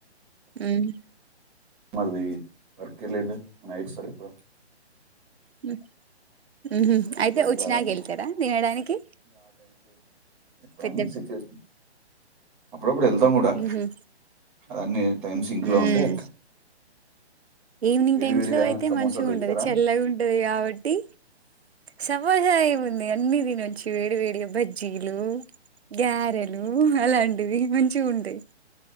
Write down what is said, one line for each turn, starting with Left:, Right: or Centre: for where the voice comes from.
Right: ఉమ్
Centre: మరిది వర్క్ ఎల్లిండు నైట్ సరిగా
Right: ఉ ఉహు అయితే
Centre: కూడా
Right: వచ్చినాక
Centre: వెళ్ళాలంటే
Right: వెళ్తారా తినడానికి
Centre: ఎప్పుడన్న
Right: పెద్ద
Centre: సిక్ అయి అప్పుడప్పుడు వెళ్తాం కూడా
Right: హుహు.
Centre: అదన్నీ టైమ్ సింక్
Right: హ్మ్.
Centre: లో ఉంటే వెళ్తాం
Right: ఈవినింగ్
Centre: వేడి
Right: టైమ్స్
Centre: వేడిగా
Right: లో అయితే
Centre: సమోసాలు
Right: మంచిగా
Centre: తెచ్చారా
Right: ఉంటది చల్లగా ఉంటది కాబట్టి సమోస ఏముంది అన్నిదినొచ్చు వేడి వేడి బజ్జీలు గారెలు అలాంటివి మంచిగ ఉంటాయి